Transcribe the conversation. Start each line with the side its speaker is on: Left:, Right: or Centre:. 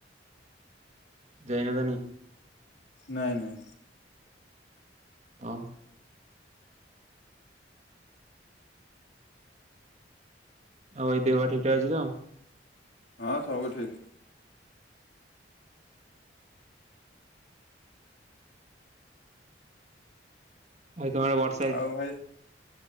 Right: ଜାଇନତାନି
Left: ନାଇଁ ନାଇଁ।
Right: ହଁ। ଆଉ ଏଇ ଦେହ ଠିକ୍ ଠାକ୍ ଅଛିତ?
Left: ହଁ ସବୁ ଠିକ୍।
Right: ଆଉ ତମଆଡ଼େ ବଷ୍
Left: ଆଉ ଭାଇ